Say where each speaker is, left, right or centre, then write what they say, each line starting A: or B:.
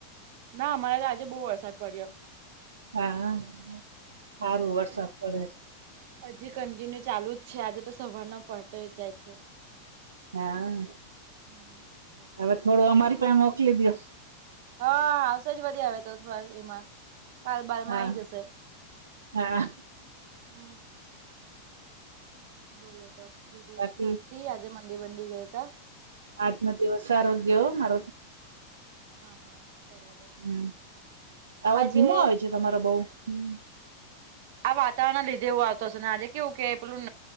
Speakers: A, on the right; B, on the right.
A: ના અમારે તો આજે બહુ વરસાદ પડ્યો.
B: હા સારું
A: હમ.
B: વરસાદ પડે છે.
A: હજી કન્ટિન્યુ ચાલુ જ છે આજે તો સવાર ના પટતો જાય છે.
B: હા.
A: <unintelligible>
B: હવે થોડું અમારી પાસે મોકલી દો.
A: હા આવશે જ વધી આવે તો થોડા એમાં. કાલબાલમાં
B: હા
A: આવી જશે.
B: હા
A: હમ બોલો તો બીજું
B: બાકી
A: શાચે. પી આજે મંડી બંડી ગયા તા.
B: આજનો દિવસ આરોગ્ય હો મારો.
A: હા હા. બરાબર.
B: હમ આવાજ
A: આજે
B: ધીમો આવે છે તમારો બઉ હમ
A: આ વાતાવરણ ના લીધે એવું આવતો હશે ને આજે કેવું કે પેલું